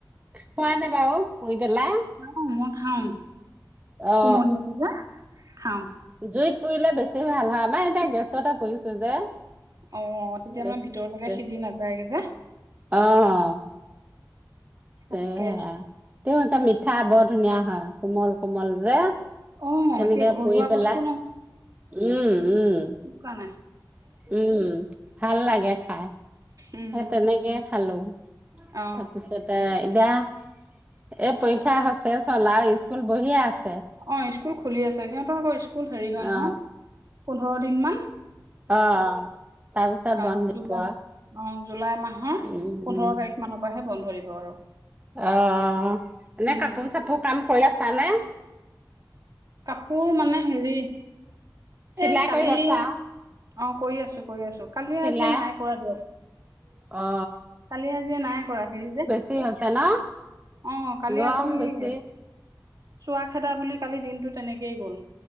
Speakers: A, on the right; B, on the right.
A: খোৱা নে বাৰু পুৰি পেলাই?
B: অ', মই খাওঁ,
A: অ
B: কুমলীয়াটো যে, খাওঁ।
A: জুইত পুৰিলে বেছি ভাল হয়, আমাৰ এতিয়া গেছতে পুৰিছো যে।
B: অ', তেতিয়া
A: গেছ
B: মানে ভিতৰলৈকে
A: গেছ
B: সিজি নাযায় গৈ যে।
A: অ'। সেয়া,
B: তাকে
A: তেনেকে মিঠা বৰ ধুনীয়া হয়, কোমল, কোমল যে।
B: অ
A: তেনেকে
B: এতিয়া ঘৰুৱা
A: পুৰি পেলাই,
B: বস্তু
A: উম, উম।
B: খোৱা নাই।
A: উম, ভাল লাগে খাই,
B: উম
A: সেই তেনেকেই খালো।
B: অ
A: তাৰপিছত এ এতিয়া, এই পৰীক্ষা হৈ চেছ হ'ল আৰু, স্কুল বহিয়ে আছে।
B: অ', স্কুল খুলি আছে, সিহঁতৰ আকৌ স্কুল হেৰি হয় নহয়,
A: অ
B: পোন্ধৰ দিন মান।
A: অ'। তাৰপিছত
B: অ',
A: বন্ধ দিব
B: জুলাই অ', জুলাই মাহৰ
A: উম
B: পোন্ধৰ
A: উম
B: তাৰিখ মানত। পৰাহে বন্ধ দিব আৰু।
A: অ', এনে
B: উম
A: কাপোৰ-চাপোৰ কাম কৰি আছা নে?
B: কাপোৰ মানে হেৰি,
A: চিলাই
B: এই কালি
A: কৰি আছা
B: অ', কৰি আছো, কৰি আছো। কালিয়
A: চিলাই
B: আজিয়ে নাই কৰা দিয়ক,
A: অ
B: কালি আজিয়ে নাই কৰা হেৰি যে
A: ফ্ৰি হৈছে ন।
B: অ', কালি
A: গৰম
B: আকৌ হেৰি
A: বেছি
B: চোৱা খেদা বুলি কালি দিনটো তেনেকেই গ'ল,